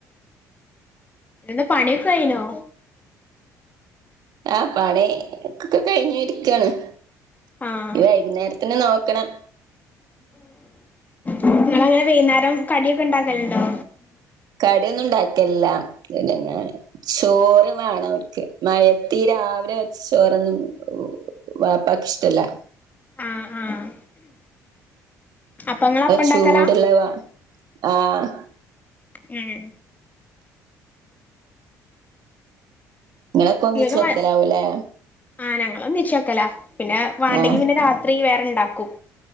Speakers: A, on the left (about 20°); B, on the right (about 65°).
A: ഇന്താ പണിയൊക്കെ കയിനോ
B: ആഹ് പണിയൊക്കെ കഴിഞ്ഞു ഇരിക്കയാണ്
A: ആഹ്
B: വൈകുന്നേര ത്തിന് നോക്കണം
A: നിങ്ങള് അങ്ങനെ വൈകുന്നേരം കടിയൊക്കെ ഇണ്ടാക്കലുണ്ടോ
B: കടിയൊന്നും ഇണ്ടാക്കലില്ല എല്ലാം ഇ ചോറ് വേണം അവർക്ക് മയത്തീ രാവിലെ വെച്ച ചോറൊന്നും വാപ്പക്ക് ഇഷ്ടല്ല
A: ആഹ് ആഹ് അപ്പൊ നിങ്ങള് അപ്പ ഇണ്ടാക്കലാ
B: ചൂടുള്ള വാ ആഹ്
A: മ്മ്
B: നിങ്ങളൊക്കെ ഒന്നിച്ച്
A: ഇങ്ങക്ക്
B: വെക്കലാവൂലേ
A: വ ആഹ് ഞങ്ങള് ഒന്നിച്ച് വെക്കല പിന്നെ വേണ്ടെങ്കി
B: ആഹ്
A: പിന്നെ രാത്രി വേറെ ഇണ്ടാക്കും